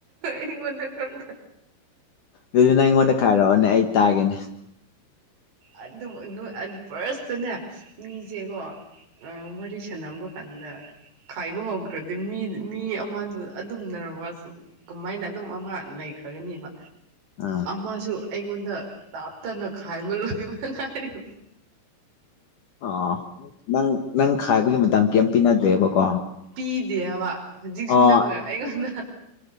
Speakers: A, on the right; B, on the left.
A: ꯑꯩꯒꯣꯟꯗ ꯀꯪꯗ꯭ꯔ
B: ꯑꯗꯨ ꯅꯪ ꯑꯩꯉꯣꯟꯗ ꯈꯥꯏꯔꯛꯑꯣꯅꯦ ꯑꯩ ꯇꯥꯒꯦꯅꯦ꯫
A: <inaudible> ꯑꯗꯨ ꯐꯥꯔꯁꯇꯅꯦ ꯃꯤꯁꯦꯀꯣ ꯑ ꯋꯥꯔꯤꯁꯅꯝꯕ ꯀꯥꯟꯗ ꯈꯥꯏꯕ ꯍꯧꯗ꯭ꯔꯗꯤ ꯃꯤ ꯃꯤ ꯑꯃꯗꯨ ꯑꯗꯨꯝꯅꯔꯕꯁ ꯀꯃꯥꯏꯅ ꯑꯗꯨꯝ ꯑꯃ ꯂꯩꯈ꯭ꯔꯒꯅꯦꯕ
B: ꯑꯥ
A: ꯃꯥꯁꯨ ꯑꯩꯉꯣꯟꯗ ꯂꯥꯞꯇꯅ ꯈꯥꯏꯕ ꯂꯣꯏꯕ ꯉꯥꯏꯔꯤꯕꯅꯤ꫰꫰
B: ꯑꯣ ꯅꯪ ꯅꯪ ꯈꯥꯏꯕꯒꯤ ꯃꯇꯝ ꯀꯩꯝ ꯄꯤꯅꯗ꯭ꯔꯦꯕꯀꯣ
A: ꯄꯤꯗꯦꯕ ꯍꯧꯖꯤꯛꯁꯨ
B: ꯑꯣ
A: ꯅꯪꯅ ꯑꯩꯉꯣꯟꯗ